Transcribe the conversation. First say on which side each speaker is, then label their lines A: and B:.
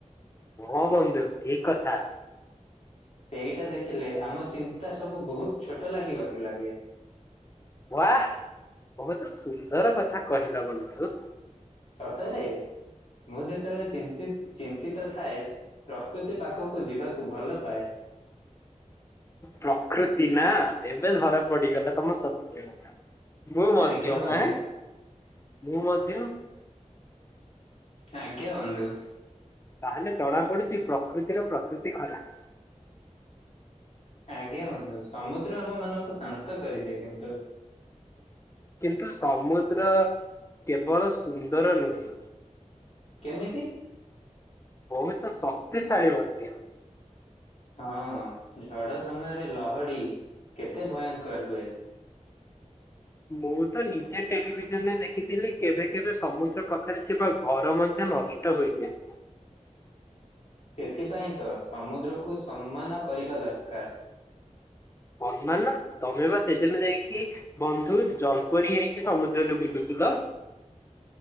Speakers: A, on the left; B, on the left.
A: ହଁ ବନ୍ଧୁ ଠିକ କଥା।
B: ସେଇଟା ଦେଖିଲେ ଆମ ଚିନ୍ତା ସବୁ ବହୁତ ଛୋଟ ଲାଗିବାକୁ ଲାଗେ।
A: ୱା ବହୁତ ସୁନ୍ଦର କଥା କହିଲ ବନ୍ଧୁ।
B: ସତରେ ମୁଁ ଯେତେବେଳେ ଚିନ୍ତିତ ଚିନ୍ତିତ ଥାଏ ପ୍ରକୃତି ପାଖକୁ ଯିବାକୁ ଭଲ ପାଏ।
A: ପ୍ରକୃତି ନା, ଏବେ ଧରା ପଡିଗଲା ତମ ସତ ମୁଁ ମଧ୍ୟ
B: ଆଜ୍ଞା ବନ୍ଧୁ
A: ଆ, ମୁଁ ମଧ୍ୟ
B: ଆଜ୍ଞା ବନ୍ଧୁ।
A: ତାହେଲେ ଜଣା ପଡୁଛି ପ୍ରକୃତିର ପ୍ରକୃତି ଖରାପ।
B: ଆଜ୍ଞା ବନ୍ଧୁ, ସମୁଦ୍ର ଆମ ମାନଙ୍କୁ ଶାନ୍ତ କରିବେ କିନ୍ତୁ
A: କିନ୍ତୁ ସମୁଦ୍ର କେବଳ ସୁନ୍ଦର ନୁହେଁ?
B: କେମିତି?
A: ବହୁତ ଶକ୍ତିଶାଳୀ ମଧ୍ୟ।
B: ହଁ ଝଡ଼ ସମୟରେ ଲହଡ଼ି, କେତେ ଭୟଙ୍କର ହୁଏ।
A: ମୁଁ ତ ନିଜେ ଟେଲିଭିଜନରେ ଦେଖିଥିଲି କେବେ କେବେ ସମୁଦ୍ର ପାଖରେ ଥିବା ଘର ମଧ୍ୟ ନଷ୍ ଷ୍ଟ ହୋଇଯାଏ।
B: ସେଥିପାଇଁ ତ ସମୁଦ୍ରକୁୁ ସମ୍ମାନ କରିବା ଦରକାର।
A: ନର୍ମାଲ ନା ତମେ ବା ସେଦିନ ଯାଇକି ବନ୍ଧୁ ଜଲପରି ହେଇକି ସମୁଦ୍ରରେ ବୁଲୁଥିଲ।